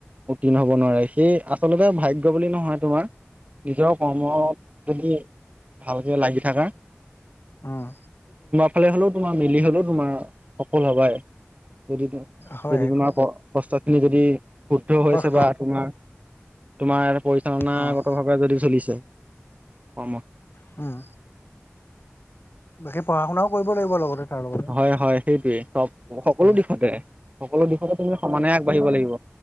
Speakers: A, on the right; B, on the left.
A: উত্তীৰ্ণ হব নোৱাৰে সেই আচলতে ভাগ্য বুলি নহয় তোমাৰ নিজৰ কৰ্মত যদি ভালকে লাগি থাকা।
B: উম,
A: ফেল হ'লেও তোমাৰ মিলি হ'লেও তোমাৰ সফল হবাই। যদি-যদি
B: হয় সেইটো
A: তোমাৰ ক কষ্ট খিনি যদি শুদ্ধ হৈছে
B: কষ্ট
A: বা অপোনাৰ, তোমাৰ পৰিচালনাৰ
B: অ',
A: সুধি চলিছে। কৰ্ম
B: হম। বাকী পঢ়া শুনাও কৰিব লাগিব লগতে। তাৰ লগতে
A: হয়-হয় সেইটোৱে চব সকলো
B: উম,
A: দিশতে সকলো দিশতে তুমি সমানে আগবাঢ়িব লাগিব।